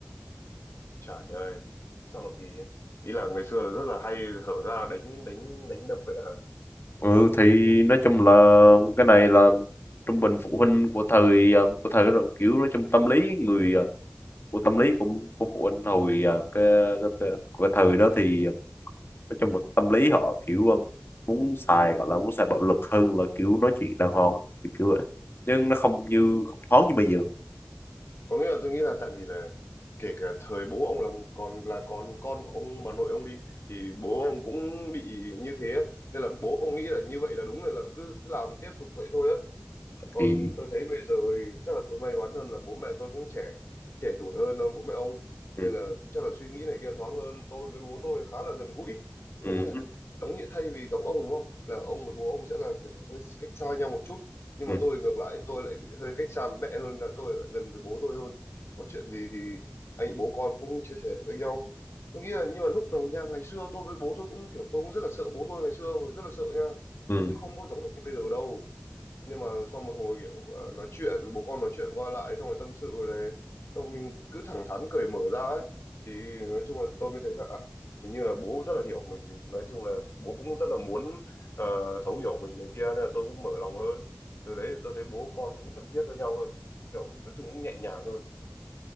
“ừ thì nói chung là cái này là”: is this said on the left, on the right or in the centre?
Left